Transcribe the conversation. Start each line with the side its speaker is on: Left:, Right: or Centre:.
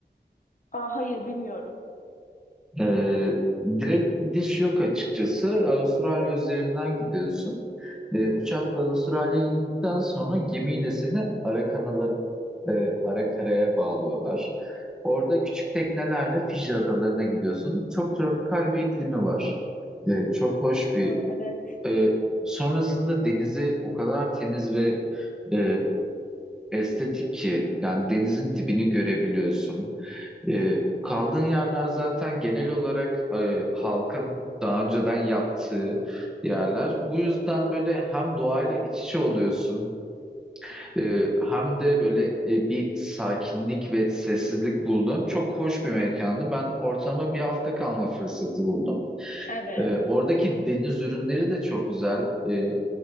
Left: Aa, hayır bilmiyorum.
Centre: Ee, direkt gidiş yok açıkçası. Avustralya üzerinden gidiyorsun. E, uçakla Avustralya'ya indikten sonra gemiyle seni ara kanaları e, ara karaya bağlıyorlar. Orada küçük teknelerle Fiji adalarına gidiyorsun. Çok tropikal bir iklimi var. E, çok hoş bir.
Left: Aa, evet.
Centre: e, sonrasında denizi o kadar temiz ve e, estetik ki yani denizin dibini görebiliyorsun. E, kaldığın yerler zaten genel olarak e, halkın daha önceden yaptığı yerler. Bu yüzden böyle hem doğayla iç içe oluyorsun e, hem de böyle e, bir sakinlik ve sessizlik buldun. Çok hoş bir mekandı. Ben ortama bir hafta kalma fırsatı buldum.
Left: Evet.
Centre: E, oradaki deniz ürünleri de çok güzel. E,